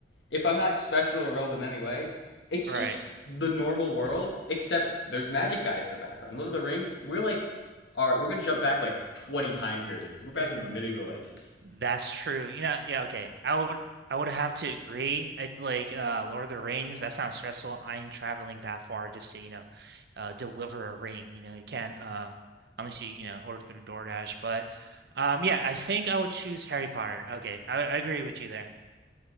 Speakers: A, on the left; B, on the right.
A: if I'm not special or relevant anyway, it's
B: Right.
A: just the normal world, except there's magic guys in the background. Lord of the Rings, we're like, all right, we're gonna jump back like 20 time periods. We're back in the medieval ages.
B: That's true. You know, yeah, okay. I would I would have to agree. I, like uh Lord of the Rings, that sounds stressful. I ain't traveling that far just to, you know, uh deliver a ring. You know, you can't uh unless you, you know, order through DoorDash. But um yeah, I think I would choose Harry Potter. Okay. I, I agree with you there.